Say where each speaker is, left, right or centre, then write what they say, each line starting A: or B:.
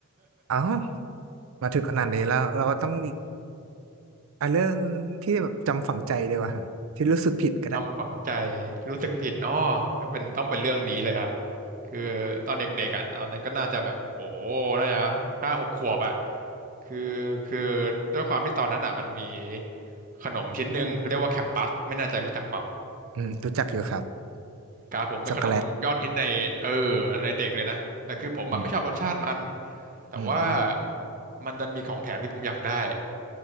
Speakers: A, on the right; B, on the right.
A: อ้าวมาถึงขนาดนี้แล้วเราก็ต้องอ่ะเรื่องที่แบบจำฝังใจด้วยว่าฮะที่รู้สึกผิดก็ได้
B: จำฝังใจรู้สึกผิดอ้อเป็นต้องเป็นเรื่องนี้เลยครับคือตอนเด็กๆอ่ะตอนนั้นก็น่าจะแบบโหน่าจะห้าหกขวบอ่ะคือคือด้วยความที่ตอนนั้นอ่ะมันมีขนมชิ้นหนึ่งเรียกว่าแคมปัสไม่แน่ใจรู้จักเปล่า
A: <laughs> อืมรู้จักอยู่ครับ
B: ครับผมเป็นขนมยอดฮิตในเออ
A: ช็อกโกแลต
B: ในเด็กเลยนะแต่คือผมแบบไม่ชอบรสชาติมัน
A: อืม
B: แต่ว่า
A: อืมอม
B: มันดันมีของแถมที่ผมอยากได้